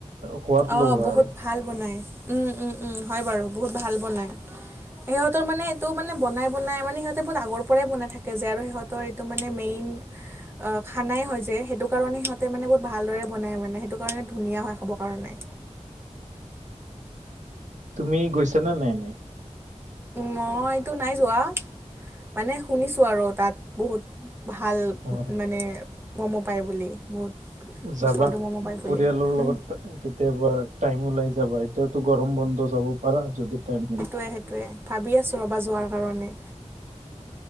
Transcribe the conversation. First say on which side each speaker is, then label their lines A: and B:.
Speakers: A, on the right (about 80°); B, on the right (about 20°).
A: সোৱাদ
B: অ',
A: লগা
B: বহুত
A: আৰু
B: ভাল বনায় উম উম উম হয় বাৰু বহুত ভাল বনায়। সিহঁতৰ মানে এইটো মানে বনাই বনাই মানে সিহঁতে বহুত আগৰ পৰাই বনাই থাকে যে আৰু সিহঁত তৰ এইটো মানে মেইন অ', খানাই হয় যে সেইটো কাৰণে সিহঁতে মানে বহুত ভালদৰে বনাই মানে সেইটো কাৰণে ধুনীয়া হয় খাব কাৰণে।
A: তুমি গৈছা নে নাই এনে?
B: মইতো নাই যোৱা মানে শুনিছোঁ আৰু তাত বহুত ভাল
A: অ
B: মানে ম'ম' পায় বুলি বহুত। সুস্বাদু
A: যাবা
B: ম'ম' পায় বুলি
A: পৰিয়ালৰ
B: উম,
A: লগত। কেতিয়াবা টাইম ওলাই যাবা, এতিয়াতো গৰম বন্ধ যাব পাৰা যদি টাইম মিলে।
B: সেইটোয়ে। ভাবি আছো ৰ'বা যোৱাৰ কাৰণে।